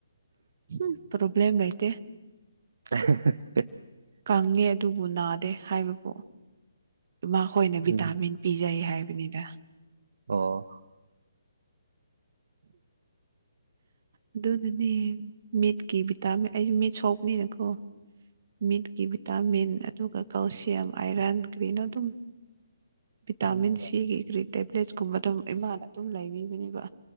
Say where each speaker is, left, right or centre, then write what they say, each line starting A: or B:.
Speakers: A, on the right; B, on the right.
A: ꯝ ꯄ꯭ꯔꯣꯕꯂꯦꯝ ꯂꯩꯇ
B: <inaudible>
A: ꯀꯪꯉꯦ ꯑꯗꯨꯕꯨ ꯅꯥꯗꯦ ꯍꯥꯏꯕ ꯄꯣꯛ ꯃꯈꯣꯏꯅ ꯚꯤꯇꯥꯃꯤꯟ
B: ꯎꯝ
A: ꯄꯤꯖꯩ ꯍꯥꯏꯕꯅꯤꯗ
B: ꯑꯣ
A: ꯑꯗꯨꯣ ꯅꯅꯦ ꯃꯤꯠꯀꯤ ꯚꯤꯇꯥꯃꯤꯟ ꯑꯩꯁꯨ ꯃꯤꯠ ꯁꯣꯛꯅꯤꯅꯀꯣ ꯃꯤꯠꯀꯤ ꯚꯤꯇꯥꯃꯤꯟ ꯑꯗꯨꯒ ꯀꯜꯁꯤꯌꯝ ꯑꯥꯏꯔꯟ ꯒ꯭ꯔꯤꯟ ꯑꯗꯨꯝ ꯚꯤꯇꯥꯃꯤꯟ
B: ꯍꯣꯏ
A: ꯁꯤꯒꯤ ꯒ꯭ꯔꯤ ꯇꯦꯕ꯭ꯂꯦꯠꯁꯀꯨꯝꯕ ꯑꯗꯨꯝ ꯏꯃꯥꯅ ꯑꯗꯨꯝ ꯂꯩꯕꯤꯕꯅꯦꯕ